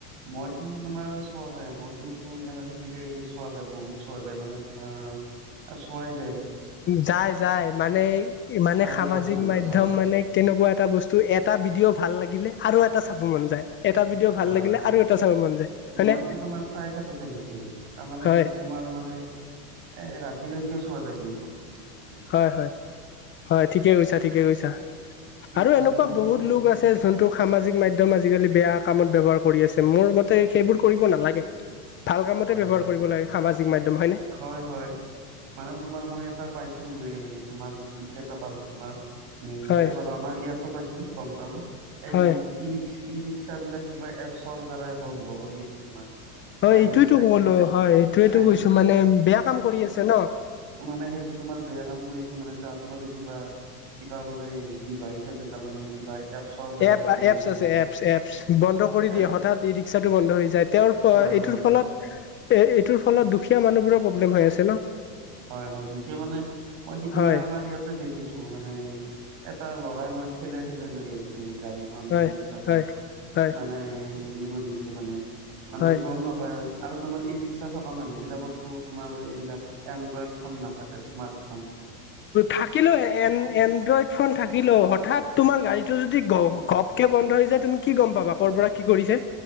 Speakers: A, on the right (about 55°); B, on the left (about 25°).
A: মইতো তোমাৰ চোৱা যায় মোৰ কিন্তু এনে থাকিলে চোৱা যায় বহুত চোৱা যায় মানে তোমাৰ চোৱা।
B: যায় যায় মানে মানে
A: চাৰি
B: সামাজিক
A: পাঁচ ঘন্টা
B: মাধ্যম
A: চোৱা যায়
B: মানে কেনেকুৱা এটা বস্তু। এটা ভিডিঅ' ভাল লাগিলে আৰু এটা চাব মন যায় এটা ভিডিঅ' ভাল
A: হয়
B: লাগিলে
A: হয়।
B: আৰু এটা চাব মন যায় হয়নে
A: মইতো তোমাৰ চাই থাকো তেনেকে তাৰমানে
B: হয়
A: তোমাৰ মানে। এ ৰাতিলৈকে চোৱাা যায় কিন্তু। তোমাৰ তেনেকে
B: হয় হয় হয় ঠিকে কৈছা ঠিকে কৈছা।
A: কিন্তু
B: আৰু এনেকুৱা
A: দিনতো
B: বহুত
A: চোৱা যায়
B: লোক আছে যোনটোক সামাজিক মাধ্যম আ আজিকালি বেয়া কামত ব্যৱহাৰ কৰি আছে মোৰ মতে সেইবোৰ কৰিব নালাগে। ভাল কামতে
A: হয়
B: ব্যৱহাৰ
A: হয়
B: কৰিব লাগে সামাজিক মাধ্যম হয়নে?
A: হয় হয় মানে তোমাৰ মই এটা পাইছো। তোমাৰ নতুন কেই এটা পালোঁ তোমাৰ নিউজতে
B: হয়
A: পালোঁ আমাৰ ইয়াতো পাইছো গম পালোঁ। এই
B: হয়
A: যি ই ৰিক্স ই ৰিক্সা বিলাক কিবা এপছৰ দ্বাৰাই বন্ধ কৰি আছে তোমাৰ।
B: হয়
A: চাইনিজ
B: এইটোয়ো
A: এপ
B: কলো হয় এইটোয়ো
A: চাই
B: কৈছো মানে বেয়া কাম কৰি আছে ন।
A: মানে সেইটো তোমাৰ বেয়া কাম। কৰি আছে মানে তাত বোলে কিবা কিবা বোলে দিবা আহিছে তাৰমানে কিবা এপছৰ দ্বাৰাই
B: এপ
A: তাৰমানে
B: এপছ
A: তোমাৰ
B: আছে এপছ এপছ বন্ধ কৰি
A: এপ
B: দিয়ে হঠাৎ ই ৰিক্সাটো বন্ধ হৈ যায় তেওঁৰ ফ
A: হয়
B: এইটোৰ
A: হয়
B: ফলত এ এইটোৰ ফলত দুখীয়া মানুহবোৰৰ প্ৰব্লেম হৈ আছে ন
A: হয় হয় গতিয়া মানে মই সিদিনা
B: হয়
A: আমাৰ ইয়াতে দেখিছো মানে এটা লৰা প্ৰায় মানে ঠেলে ঠেলে লৈ আহিছে গাড়ী খ
B: হয়
A: ই ৰিক্সা খন
B: হয় হয়
A: মানে হেৰি কৰি আছে মানে মানে
B: হয়
A: সি গম নাপায় নাই আৰু তোমাৰ এই ৰিক্সা থকা মানুহ বিলাকতো তোমাৰ এইবিলাক এনড্ৰইড ফোন নাথাকে স্মাৰ্ট ফোন
B: থাকিলো এ এড্ৰইড ফোন থাকিলো হঠাৎ তোমাৰ গাড়ী টো যদি ঘপকে বন্ধ হৈ যায় তুমি কি গ'ম পাবা কৰ' পৰা কি কৰিছে